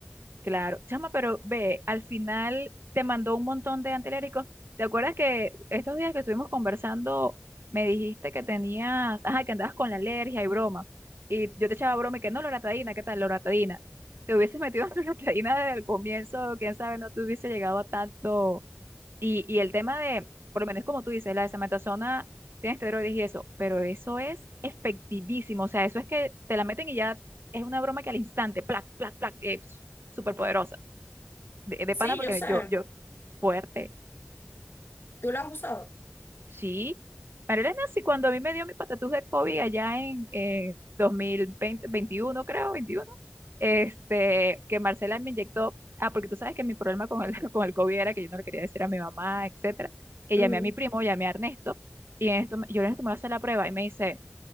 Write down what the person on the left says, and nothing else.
Sí,
yo sé.
¿Tú la has usado?
Ujú.